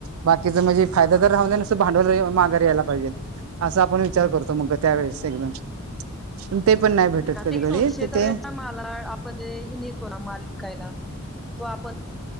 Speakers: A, on the right; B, in the centre.
A: बाकीचा म्हणजे फायदा तर राहू द्या नुसतं भांडवल तरी माघारी यायला पाहिजे. असा आपण विचार करतो मग त्यावेेळेस एकदम पण ते पण नाय भेटत
B: हा
A: कधी
B: ते कसं
A: कधी
B: होत शेतकऱ्याच्या
A: तिथे
B: माला आपण जे नेतो ना माल विकायला तो आपण